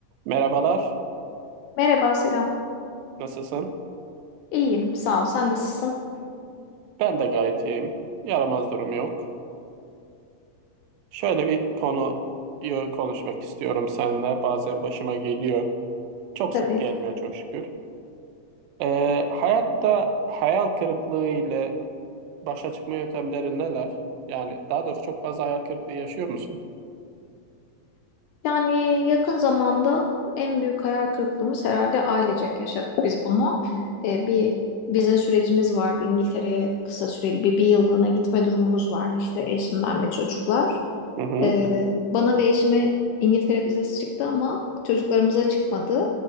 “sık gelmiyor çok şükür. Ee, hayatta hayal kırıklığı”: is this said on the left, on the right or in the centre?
Right